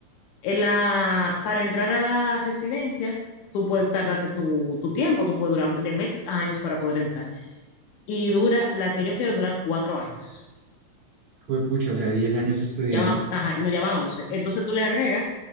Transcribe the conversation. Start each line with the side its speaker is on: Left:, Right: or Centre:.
Left: En la, para entrar a la residencia, tú puedes tardarte tu, tu tiempo, tú puedes durar de meses a años para poder entrar. Y dura, la que yo quiero durar cuatro años.
Right: Pues pucha, o sea, 10 años estudiando,
Left: Ya va, ajá, no, ya van once. Entonces tú le agregas